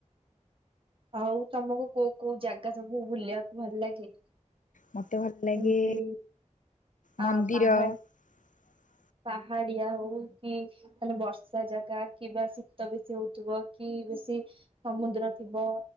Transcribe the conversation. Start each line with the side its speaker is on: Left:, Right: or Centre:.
Right: ଆଉ ତମକୁ କୋଉ କୋଉ ଜାଗା ସବୁ ବୁଲିବାକୁ ଭଲ ଲାଗେ?
Left: ମତେ ଭଲ ଲାଗେ
Right: ସେମତି
Left: ମନ୍ଦିର
Right: ଆ ପାହାଡ଼
Left: <inaudible>
Right: ପାହାଡିଆ ହଉ କି ତାଲେ ବର୍ଷା ଜାଗା କିବା ଶୀତ ବେଶୀ ହଉଥିବ କି ବେଶୀ ସମୁଦ୍ର ଥିବ